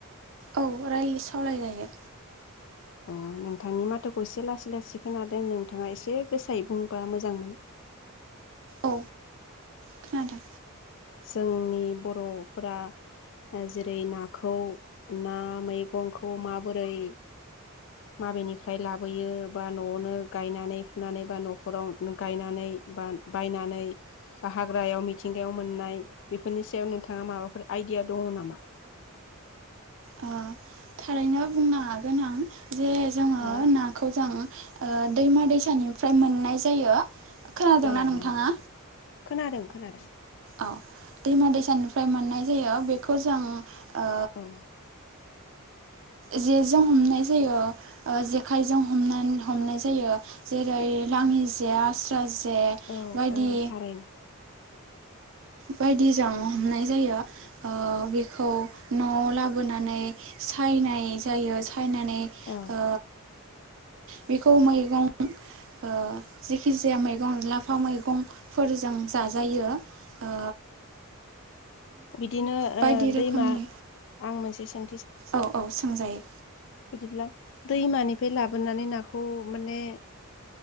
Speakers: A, on the right; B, on the left.
A: औ रायलाय सावराय जायो।
B: अ नोंथांनि माथोखौ एसे लासै लासै खोनादों नोंथाङा एसे गोसायै बुंबा मोजांमोन।
A: औ खोनादों?
B: जोंनि बर'फोरा जेरै नाखौ ना मैगंखौ माबोरै? माबेनिफ्राय लाबोयो बा न'आवनो गायनानै फुनानै बा न'खराव गायनानै बा बायनानै बा हाग्रायाव मिथिंगायाव मोननाय बेफोरनि सायाव नोंथाङा माबाफोर आइडिया दङ नामा?
A: ओ थारैनो बुंनो हागोन आं जे जोङो
B: हा
A: नाखौ जों ओ दैमा दैसानिफ्राय मोननाय जायो खोनादोंना
B: औ
A: नोंथाङा
B: नंगौ खोनादों खोनादों
A: औ दैमा दैसानिफ्राय मोननाय जायो बेखौ जों ओ
B: औ
A: जेजों हमनाय जायो ओ जेखायजों हमना हमनाय जायो जेरै लाङि जे आस्रा जे
B: औ
A: बायदि
B: औ थारैनो
A: बायदिजों हमनाय जायो ओ बेखौ न'आव लाबोनानै सायनाय जायो सायनानै
B: औ
A: ओ बेखौ मैगं ओ जेखि जाया मैगं लाफा मैगंफोरजों जाजायो ओ
B: बिदिनो
A: बायदि
B: ओ
A: रोखोमनि
B: दैमा आं मोनसे सों
A: औ औ सोंजायो
B: बिदिब्ला दैमानिफ्राय लाबोनानै नाखौ माने